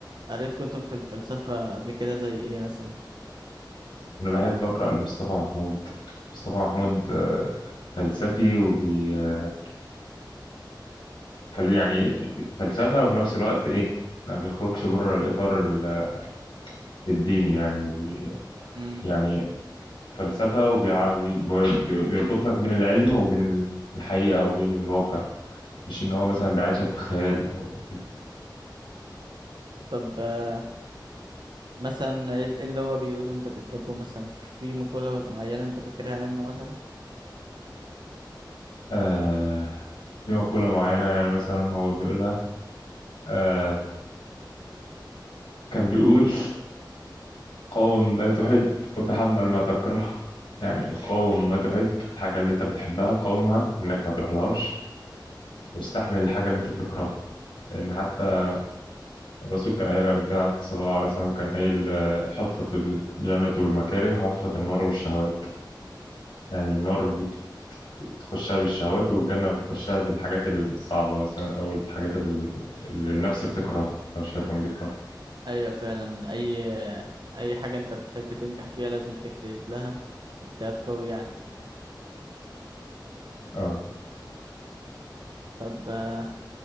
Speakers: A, on the right (about 65°); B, on the left (about 85°).
A: قريت كتب في الفلسفة قبل كده زي إيه مثلا؟
B: أنا بحب أقرأ لمصطفى محمود مصطفى محمود آه، فلسفي وبي آه، فل- يعني فلسفة وفي نفس الوقت إيه ما بيخرجش بره الإطار ال- الديني يعني وبي...
A: مم.
B: يعني فلسفة وبيربط لك بين العلم وبين الحقيقة وبين الواقع مش إن هو مثلا بيعيشك في خيال أو كده
A: طب آه، مثلا ايه إيه اللي هو بيقوله انت بتحبه مثلا في مقولة معينة انت فاكرها منه مثلا
B: آه في مقولة معينة يعني مثلا هو بيقولها آه كان بيقول قاوم ما تحب وتحمل ما تكره يعني قاوم ما تحب الحاجة اللي أنت بتحبها قاومها إنك ما تروحلهاش واستحمل الحاجة اللي أنت بتكرهها لأن حتى الرسول كان قايل قبل كده صلى الله عليه وسلم كان قايل آه، حفت الجنة والمكاره وحفت النار والشهوات يعني النار بت- بتخشها بالشهوات والجنة بتخشها بالحاجات الصعبة مثلا أو الحاجات ال- اللي النفس بتكرهها أو الشيطان بيكرهها
A: ايوه فعلا اي اي حاجة انت بتحب تنجح فيها لازم تجتهد لها اجتهاد قوي يعني
B: اه
A: طب آه،